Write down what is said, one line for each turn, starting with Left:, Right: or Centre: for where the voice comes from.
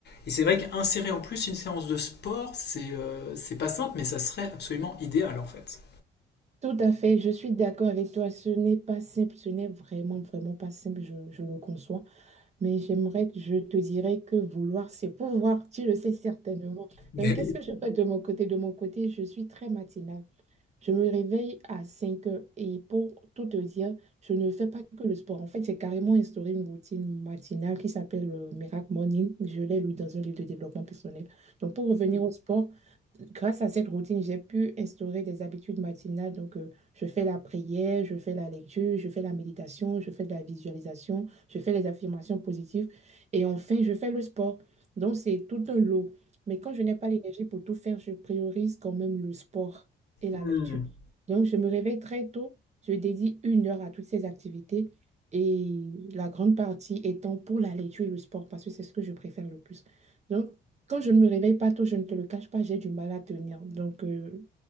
Left: Et c'est vrai qu'insérer en plus une séance de sport, c'est euh, c'est pas simple, mais ça serait absolument idéal en fait.
Right: Tout à fait, je suis d'accord avec toi. Ce n'est pas simple, ce n'est vraiment, vraiment pas simple, je, je le conçois. Mais j'aimerais, je te dirais que vouloir, c'est pouvoir, tu le sais certainement.
Left: <laughs> Mais
Right: Donc, qu'est-ce
Left: oui.
Right: que je fais de mon côté? De mon côté, je suis très matinale. Je me réveille à 5 heures et pour tout te dire, je ne fais pas que le sport. En fait, j'ai carrément instauré une routine matinale qui s'appelle euh, Miracle Morning. Je l'ai lu dans un livre de développement personnel. Donc, pour revenir au sport, grâce à cette routine, j'ai pu instaurer des habitudes matinales. Donc, euh, je fais la prière, je fais la lecture, je fais la méditation, je fais de la visualisation, je fais les affirmations positives et enfin, je fais le sport. Donc, c'est tout un lot. Mais quand je n'ai pas l'énergie pour tout faire, je priorise quand même le sport et la
Left: Hmm.
Right: lecture. Donc, je me réveille très tôt, je dédie une heure à toutes ces activités et la grande partie étant pour la lecture et le sport parce que c'est ce que je préfère le plus. Donc, quand je ne me réveille pas tôt, je ne te le cache pas, j'ai du mal à tenir. Donc, euh,